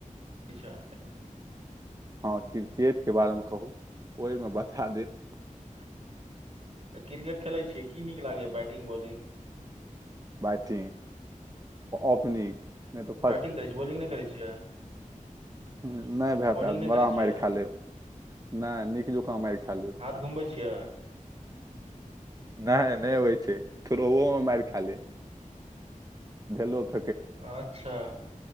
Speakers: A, on the right (about 50°); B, on the right (about 25°).
A: छै।
B: हँ क्रिकेटके बारेमे कहू ओहिमे बता देब
A: ऐंह क्रिकेट खेलैय छियै की नीक लागैए बैटिंग बॉलिंग
B: बैटिंग ओपनिंग नहि तऽ
A: बैटिंग करै छी बॉलिंग नहि करै छियै
B: हूँ नहि भऽ
A: बॉलिंग
B: पेत
A: नहि
B: बड़ा
A: करै छियै
B: मारि खा लेब नहि नीक जुकाँ मारि खा लु
A: हाथ घुमबै छियै
B: नहि नहि होइ छै थड़ौओ मे मारि खा लेब भेलै <inaudible>
A: अच्छा